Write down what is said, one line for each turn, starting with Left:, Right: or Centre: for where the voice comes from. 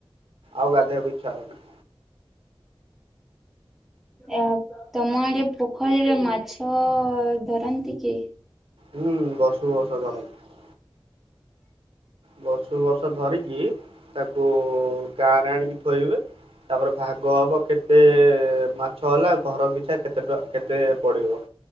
Right: ଆଉ ଗାଧୋଇଆକୁ ଇଚ୍ଛା ହଉନି।
Centre: ଆ ତମ ଆଡେ ପ ପୋଖରୀର ମାଛଅ ଧରନ୍ତି କି?
Right: ହୁଁ ବର୍ଷକୁ ବର୍ଷ ଧରନ୍ତି। ବର୍ଷକୁ ବର୍ଷ ଧରିକି ତାକୁ ଉ ଗାଁରେ ଆଣିକି ଥୋଇବେ। ତାପରେ ଭାଗ ହବ କେତେଏ ମାଛ ହେଲା ଘର ପିଛା କେତେ ଟଙ୍କା କେତେ ପଡିବ।